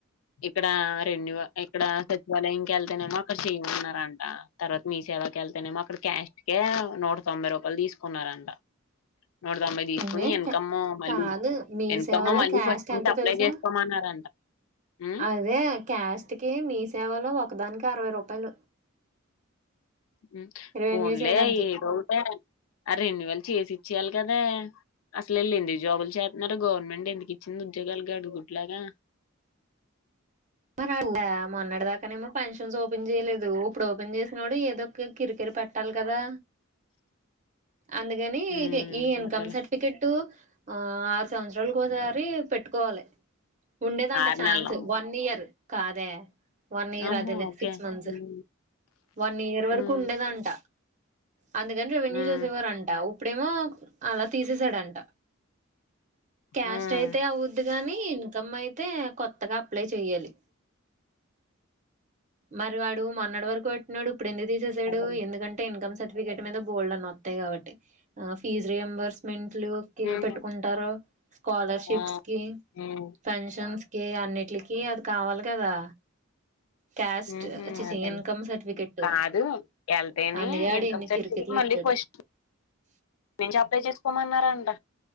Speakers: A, on the left (about 75°); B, on the right (about 35°).
A: ఇక్కడ రెన్యూ ఇక్కడ సచివాలయం కి వెళ్తేనేమో అక్కడ చేయమన్నారంట తర్వాత మీ మీ సేవ కేళ్తేనేమో అక్కడ క్యాస్ట్ కే నూట తొంబై రూపాయలు తీసుకున్నారంట నూట తొంభై తీసుకుని
B: ఇవే
A: ఇన్
B: క
A: కమ్ మళ్ళీ
B: కాదు మీ
A: ఇన్
B: సేవలో
A: కమ్ మళ్ళీ
B: క్యాస్ట్
A: ఫస్ట్ నుంచి
B: ఎంతో
A: అప్లై
B: తెలుసా
A: చేసుకోమన్నారంట హ్మ్.
B: అదే క్యాష్ట్ కి మీ సేవలో ఒకదానికి అరవై రూపాయలు
A: ఉ
B: రెన్యూ
A: ఫోన్లే
B: చేయడానికి
A: ఏదో ఒకట ఆ రెన్యువల్ చేసి ఇచ్చేయాలి కదా అసలు వీళ్ళు ఎందుకు జాబులు చేస్తున్నారు గవర్నమెంట్ ఎందుకు ఇచ్చింది ఉద్యోగాలు గాడిద గుడ్ లాగా
B: <unintelligible> మొన్నటి దాకానే ఏమో పెన్షన్స్ ఓపెన్ చేయలేదు ఇప్పుడు ఓపెన్ చేసినోడు ఏదో ఒక కిరికిర పెట్టాలి కదా అందుకని
A: హ్మ్.
B: ఈ ఇన్కమ్
A: అదేలే.
B: సర్టిఫికెట్ ఆ ఆరు సంవత్సరాల ఒక సారి ఏ పెట్టుకోవాలి ఉండేదంట
A: ఆరు
B: ఛాన్స్
A: నెలలమ్మ.
B: వన్ ఇయర్ ఆదే వన్ ఇయర్
A: ఆహా!
B: అదేలే
A: ఓకే.
B: సిక్స్ మంత్స్
A: హ్మ్.
B: వన్ ఇయర్ వరకు
A: హ్మ్.
B: ఉండదు అంట అందుకని రెవెన్యూ
A: హ్మ్.
B: చేసేవారంట ఇప్పుడేమో అలా తీసేసాడంట క్యాస్ట్
A: హ్మ్.
B: అయితే అవ్వుద్ది గాని ఇన్కమ్ అయితే కొత్తగా అప్లై చెయ్యాలి మరి వాడు మొన్నటి వరకు పెట్టినాడు ఇప్పుడు ఎందుకు తీసేసాడు
A: అదేలే.
B: ఎందుకంటే ఇన్కమ్ సర్టిఫికేట్ మీద బోల్డ్ అని వత్తాయి కాబట్టి ఫీజ్ రియాంబర్స్మెంట్
A: హ్మ్.
B: పెట్టుకుంటారు స్కాలర్షిప్స్
A: ఆ
B: కి
A: హ్మ్
B: పెన్షన్ కి అన్నిట్లకి అది కావాలి కదా క్యాస్ట్
A: ఉహు
B: చిచి
A: అదేలే
B: ఇన్కమ్ సర్టిఫికెట్
A: కాదు వెళ్తేనే
B: అందుకే ఆడు
A: ఇన్కమ్
B: ఇన్ని
A: సర్టిఫికేట్
B: కిరికిర్లు
A: మళ్ళీ
B: ఎట్టాడు
A: ఫస్ట్
B: <inaudible>
A: నుంచి అప్లై చేసుకోమన్నారంట